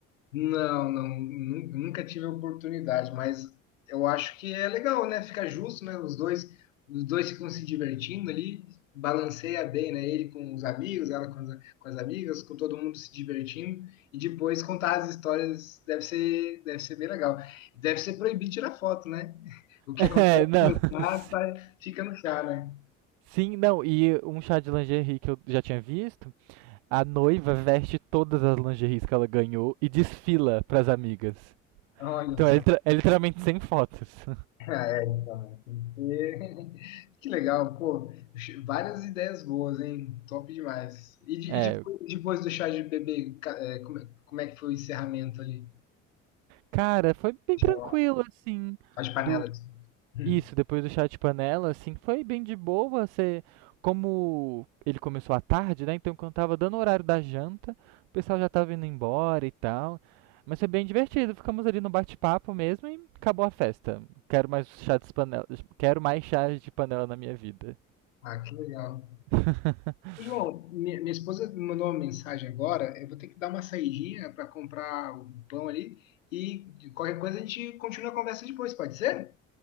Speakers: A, on the left; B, on the right.
A: Não, não, nu- nunca tive a oportunidade, mas eu acho que é legal, né? Fica justo, né? Os dois, os dois ficam se divertindo ali, balanceia bem, né? Ele com os amigos, ela com as, com as amigas, com todo mundo se divertindo, e depois contar as histórias deve ser, deve ser bem legal. Deve ser proibido tirar foto, né? <laughs>
B: <laughs>
A: O que
B: É,
A: acontece
B: não.
A: no
B: <laughs>
A: mar sai- fica no chá, né?
B: Sim, não, e um chá de lingerie que eu já tinha visto, a noiva veste todas as lingeries que ela ganhou e desfila pras amigas.
A: Olha
B: Então
A: só.
B: é, litra- é literalmente sem fotos.
A: <laughs> Ah, é, então. E- <laughs> Que legal, pô. Várias ideias boas, hein? Top demais.
B: <laughs>
A: E, de-
B: É,
A: e depois, depois do chá de bebê, ca- é, como, é como é que foi o encerramento ali?
B: Cara, foi bem
A: Já,
B: tranquilo, assim,
A: As panelas.
B: do
A: Hum.
B: isso, depois do chá de panela, assim, foi bem de boa, você, como ele começou à tarde, né, então quando tava dando o horário da janta, o pessoal já tava indo embora e tal, mas foi bem divertido, ficamos ali no bate-papo mesmo e acabou a festa. Quero mais chá de panela, quero mais chá de panela na minha vida.
A: Ah, que legal.
B: <laughs>
A: João, mi- minha, esposa me mandou uma mensagem agora. Eu vou ter que dar uma saidinha para comprar o pão ali. E de qualquer coisa a gente continua a conversa depois, pode ser?